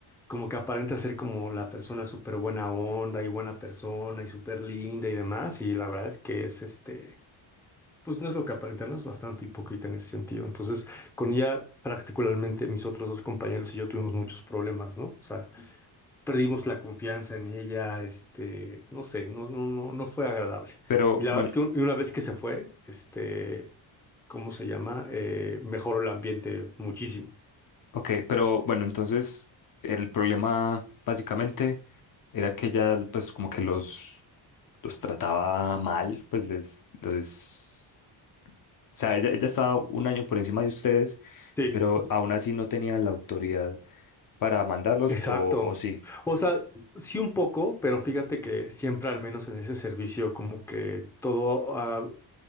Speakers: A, in the centre; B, on the left.
A: como que aparenta ser como la persona súper buena onda y buena persona y súper linda y demás. Y la verdad es que es este, pues no es lo que aparenta, no es bastante hipócrita en ese sentido. Entonces, con ella particularmente mis otros dos compañeros y yo tuvimos muchos problemas, ¿no? O sea, perdimos la confianza en ella, este, no sé, no, no, no, no fue agradable.
B: Pero
A: Y la
B: bueno,
A: verdad es que un- y una vez que se fue, este, ¿cómo
B: s-
A: se llama? Eh, mejoró el ambiente muchísimo.
B: ok, pero bueno, entonces el problema básicamente era que ya pues como que los... los trataba mal, pues les, les... O sea, ella, ella estaba un año por encima de ustedes,
A: Sí,
B: pero aún así no tenía la autoridad para mandarlos,
A: exacto.
B: o, o sí,
A: O sea, sí un poco, pero fíjate que siempre, al menos en ese servicio, como que todo, ah,